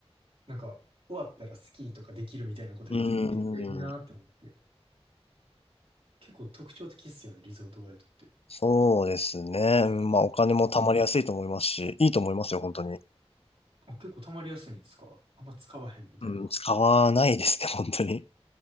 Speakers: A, on the right; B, on the left.
A: なんか、終わったらスキーとかできるみたいなこと言ってて、
B: うーん。
A: めっちゃいいなって思って。結構特徴的っすよね、リゾートバイトって。
B: そうですね。うんまあお金も貯まりやすいと思いますし、
A: うん
B: いいと思いますよ、本当に。
A: あ、結構溜まりやすいんですかあんま使わへんみたいな。
B: うん、使わないですね、本当に。